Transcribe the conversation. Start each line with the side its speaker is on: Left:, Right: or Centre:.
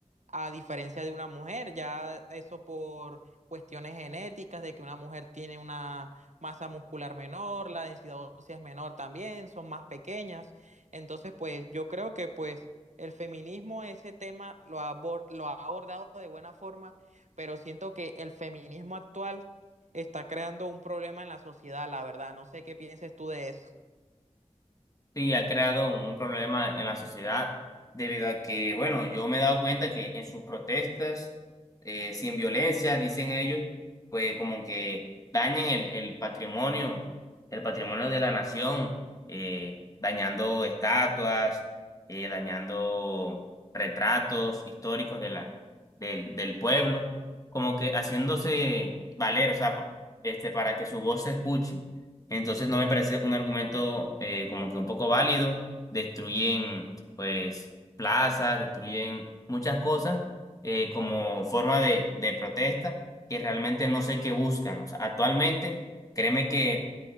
Right: a diferencia de una mujer, ya eso por cuestiones genéticas, de que una mujer tiene una masa muscular menor, la densidad ósea es menor también, son más pequeñas. Entonces, pues yo creo que pues el feminismo ese tema lo ha, abor- lo ha abordado de buena forma pero siento que el feminismo actual está creando un problema en la sociedad, la verdad. No sé qué pienses tú de eso.
Left: Sí, ha creado un problema en la sociedad debido a que, bueno, yo me he dado cuenta que en sus protestas, eh, sin violencia, dicen ellos, pues como que dañan el, el patrimonio, el patrimonio de la nación, eh, dañando estatuas, eh, dañando retratos históricos de la, del, del pueblo, como que haciéndose valer, o sea, pa- este, para que su voz se escuche. Entonces no me parece un argumento eh, como que un poco válido. Destruyen pues plazas, destruyen muchas cosas eh, como forma de, de protesta que realmente no sé qué buscan. O sea, actualmente créeme que